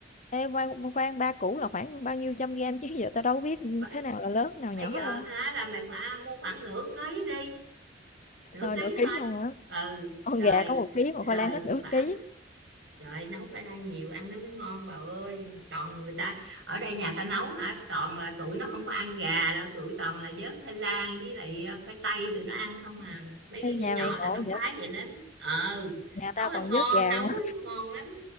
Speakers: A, on the left (about 40°); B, on the right (about 85°).
A: Ê, khoan, khoan, ba củ là khoảng bao nhiêu trăm gam chứ giờ tao đâu biết,
B: Khoảng-
A: thế nào là lớn, nào
B: bây
A: nhỏ
B: giờ
A: đâu.
B: hả là mày phải mua khoảng nửa ký đi nửa
A: Coi
B: ký
A: nửa ký
B: thôi
A: luôn hả?
B: ừ
A: Con
B: rồi
A: gà có một ký mà
B: rồi
A: khoai lang hết nửa
B: khoảng
A: ký.
B: trời nấu phải ăn nhiều ăn nó mới ngon bà ơi toàn người ta ở đây nhà ta nấu hả toàn là tụi nó không có ăn gà đâu tụi toàn là vớt khoai lang với lại ờ, khoai tây tụi nó ăn không à mấy đứa
A: Ê,
B: nhỏ
A: nhà
B: nhỏ
A: mày ngộ
B: là nó
A: vậy?
B: khoái vậy lắm ờ
A: Nhà
B: nấu
A: tao
B: ăn
A: toàn
B: ngon
A: vớt gà
B: nấu
A: không à.
B: á, ngon lắm